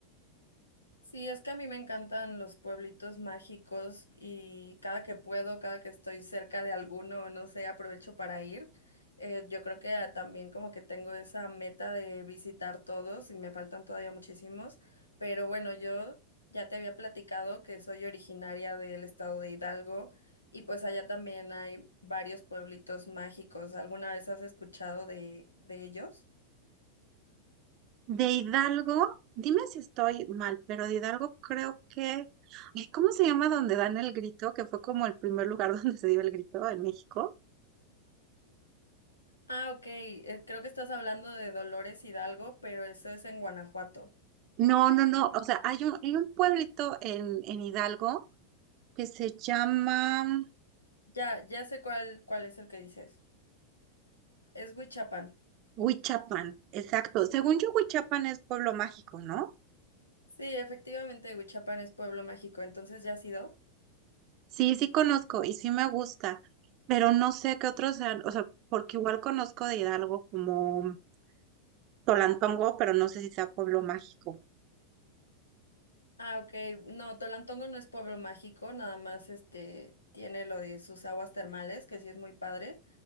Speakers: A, on the left (about 80°); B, on the right (about 40°).
A: Sí, es que a mí me encantan los pueblitos mágicos y cada que puedo, cada que estoy cerca de alguno, no sé, aprovecho para ir. Eh, yo creo que ah, también como que tengo esa meta de visitar todos y me faltan todavía muchísimos, pero bueno, yo ya te había platicado que soy originaria del estado de Hidalgo y pues allá también hay varios pueblitos mágicos. ¿Alguna vez has escuchado de, de ellos?
B: De Hidalgo, dime si estoy mal, pero de Hidalgo creo que... ay, ¿Cómo se llama donde dan el grito? Que fue como el primer lugar <laughs> donde se dio el grito en México.
A: Ah, ok. eh, creo que estás hablando de Dolores Hidalgo, pero eso es en Guanajuato.
B: No, no, no. O sea, hay un, hay un pueblito en, en Hidalgo que se llama
A: Ya, ya sé cuál, cuál es el que dices. Es Huichapan.
B: Huichapan. Exacto. Según yo, Huichapan es pueblo mágico, ¿no?
A: Sí, efectivamente, Huichapan es pueblo mágico. Entonces, ¿ya has ido?
B: Sí, sí conozco y sí me gusta, pero no sé qué otros sean. O sea, porque igual conozco de Hidalgo como Tolantongo, pero no sé si sea pueblo mágico.
A: Ah, ok. No, Tolantongo no es pueblo mágico, nada más este tiene lo de sus aguas termales, que sí es muy padre.